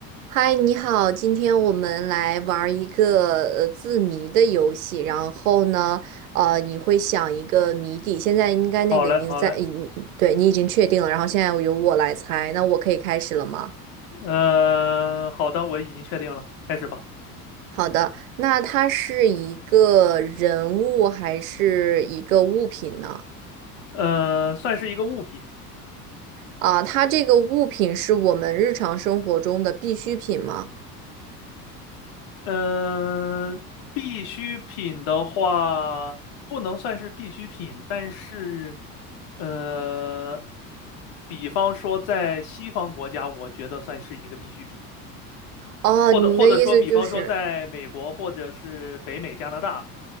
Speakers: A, on the right; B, on the left.
A: 嗨，你好，今天我们来玩儿一个呃字谜的游戏。然后呢，呃，你会想一个谜底，现在应该那个已经在，
B: 好嘞，好嘞，
A: 已对你已经确定了。然后现在由我来猜，那我可以开始了吗？
B: 呃，好的，我已经确定了，开始吧。
A: 好的，那它是一个人物还是一个物品呢？
B: 呃，算是一个物品，
A: 啊，它这个物品是我们日常生活中的必需品吗？
B: 嗯、必需品的话不能算是必需品，但是，呃，比方说在西方国家，我觉得算是一个必需品，
A: 哦，
B: 或者或者说，
A: 你的意思就是，
B: 比方说在美国或者是北美、加拿大，